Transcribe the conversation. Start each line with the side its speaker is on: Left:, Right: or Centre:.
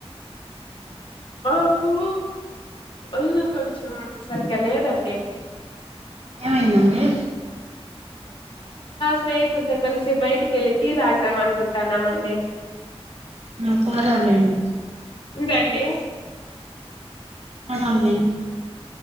Left: మాకు ఒళ్ళు కొంచెం సరిగా లేదండి
Right: ఏమైందండి
Left: స్నేహితుల్తో కలిసి బయటికి వెల్లి టీ తాగుదాం అన్కుంటానమండి
Right: ఆ పోదాంలెండి
Left: ఇంకండి
Right: హలో